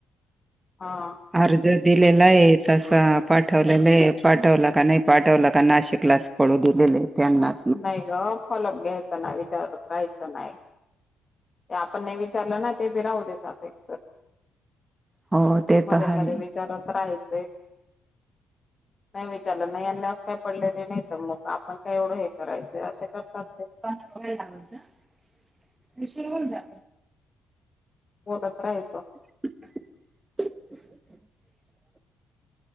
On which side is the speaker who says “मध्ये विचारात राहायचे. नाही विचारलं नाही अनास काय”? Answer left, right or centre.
Left